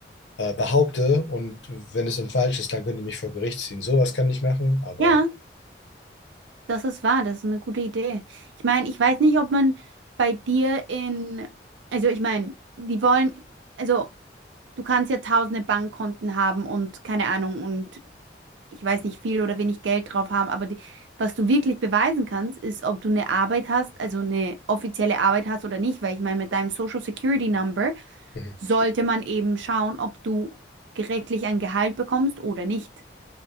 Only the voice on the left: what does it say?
äh, behaupte und wenn es dann falsch ist, dann können die mich vor Gericht ziehen. Sowas kann ich machen, aber
mhm.